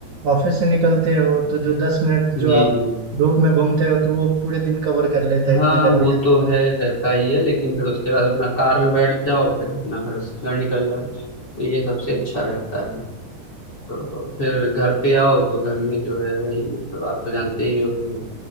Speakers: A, on the right; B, on the left.
A: ऑफिस से निकलते हो तो जो दस मिनट जो
B: जी
A: आप
B: जी
A: धूप में घूमते हो तो वो पूरे दिन कवर कर लेता है
B: हाँ
A: इतना गर्मी
B: वो तो है रहता ही है लेकिन फिर उसके बाद अपना कार में बैठ जाओ फिर अपना घर से घर निकल जाओ तो ये सबसे अच्छा रहता है तो फिर घर पे आओ तो घर में जो है वही मतलब आप तो जानते ही हो कि